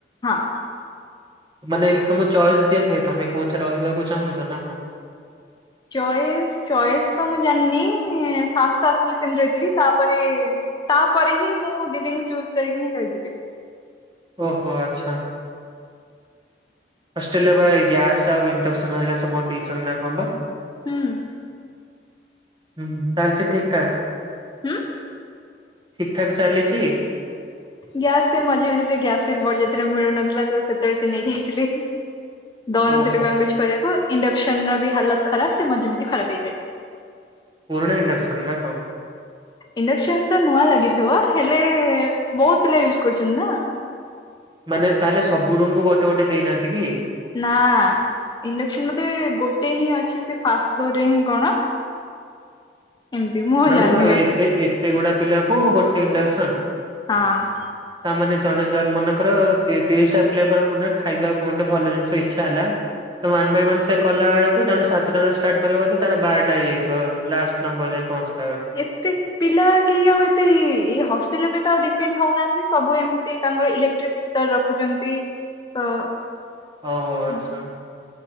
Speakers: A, on the left; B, on the right.
A: ହଁ ।
B: ମାନେ ଏମତି ତମ ଚଏସ୍ ଦିଆ ହୁଏ ତମେ କୋଉଥିରେ ରହିବାକୁ ଚାହୁଁଛ ନା କ?
A: ଚଏସ ଚଏସ୍ ତ ମୁଁ ଜାଣିନି ଫାଷ୍ଟ ଆସିଥିଲି ସେମିତି ରହିଥିଲି ତାପରେ ତାପରେ ହିଁ ମୁଁ ଦିଦିଙ୍କୁ ଚୁଜ କରିକି ହିଁ ରହିଥିଲି ।
B: ଓହୋ ଆଚ୍ଛା । ଫଷ୍ଟ ହେ ଲ ବା ଗ୍ୟାସ୍ ଆଉ ଇଣ୍ଡକ୍ସନ୍ ଆରିକ ସ କ ଚ ନା କବା?
A: ହୁଁ ।
B: ହୁଁ ଚାହଛ ଠିକଠା
A: ହୁଁ।
B: ଠିକ ଠାକ ଚାଲିଛି
A: ଗ୍ୟାସ ସେ ମଜଝା ବି ଗ୍ୟାସ ବଢଯରେ ମିଳୁନଥିଲା ତ ଳେ ସ ନେଇ ଯାଇଥିଲି ଦଉନଥିଲିଜ
B: ଓହୋ
A: କରିବାକୁ ଇଣ୍ଡକ୍ସନ ର ବି ହତ ଖରାପ ସେ ମଝେ ମଝେ ଖରାପ ହେଇ ଯାଇ ।
B: ପୂର୍ଣ ଣ୍ଡକ୍ସନ ନ କ?
A: ଇଣ୍ଡକ୍ସନ ତ ନୂଆ ଲାଗିଥିବ ହେଲେ ବହୁତ ପିଲା ୟୁଜ କରୁଛନ୍ତି ନା ।
B: ମାନେ ତାହେଲେ ସବୁ ରୁମକୁ ଗୋଟେ ଗୋଟେ ଦେଇନାହାନ୍ତି କି?
A: ନା । ଇଣ୍ଡକ୍ସନ ମଧେ ଗୋଟେ ହିଁ ଅଛି ସେ ଫାଷ୍ଟ ଫ୍ଲୋର ରେ ହିଁ କଣ? ଏମିତି ମୁଁ ଆଉ
B: ମାନେ
A: ଜାଣିନି ବାକି
B: ଏତେ ଏତେ ଗୁଡା ପିଲାକୁ ଗୋଟେ ଘଣ୍ଟେ ଅସନ୍?
A: ହଁ।
B: ତାମାନୋନେ ଜଣେ ମନେକର ତିରିଶ ଟା ପିଲାଙ୍କର ମନରେ ଖାଇବା କଣଟେ ଭଲ ଜିନିଷ ଇଛା ହେଲା ବାଇ ୱ କଲା ଜଣେ ସାତଟ ରାରୁ ଷ୍ଟାର୍ଟ କରିବା ତାର ବାରଟା ହେଇଯାଇଥିବ ଲାଷ୍ଟ ନମ୍ବର ଯ ପହଞ୍ଚ
A: ଏତେ ପିଲା କେହି ଆଉ ଏତେ ଏ ହଷ୍ଟେ <unintelligible> ଡିପେଣ୍ଡ ହଉନାହାନ୍ତି ସବୁ ଏମିତି ତାଙ୍କର ଇଲେକ୍ଟ୍ରିକ ହିଟର ରଖୁଛନ୍ତି ତ
B: ଓ ଆଚ୍ଛା
A: ହୁଁ